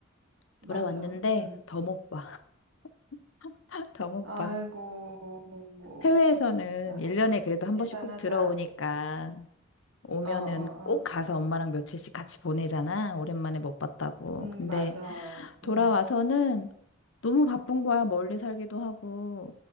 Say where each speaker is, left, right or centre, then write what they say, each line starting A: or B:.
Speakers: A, on the right; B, on the left.
A: 맞아.
B: 돌아왔는데
A: 음.
B: 더 못 봐. <laughs> 더 못
A: 아이고,
B: 봐. 해외에서는
A: 나
B: 1년에 그래도 한
A: 애잔하다.
B: 번씩 꼭 들어오니까 오면은
A: 어, 어,
B: 꼭
A: 어.
B: 가서 엄마랑 며칠씩 같이 보내잖아. 오랜만에 못 봤다고.
A: 음,
B: 근데
A: 맞아.
B: 돌아와서는
A: 음.
B: 너무 바쁜 거야. 멀리 살기도 하고.